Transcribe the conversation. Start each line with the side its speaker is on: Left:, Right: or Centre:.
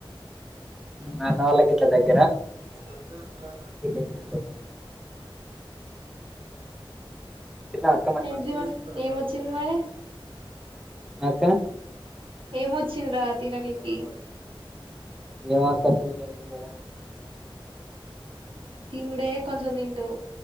Centre: మా అన్న వాళ్ళకు గిట్ల దగ్
Right: అహ
Centre: ఏం తీసుకోరు తిన్నావా అక్క మరి
Right: ఏ జ ఏమొచ్చింది మరే
Centre: అక్క
Right: ఏమొచ్చిందరా తిననికి
Centre: ఏమొ అక్క చూళ్ళే నీను కుడా
Right: తినుడే కొంచెం తింటావు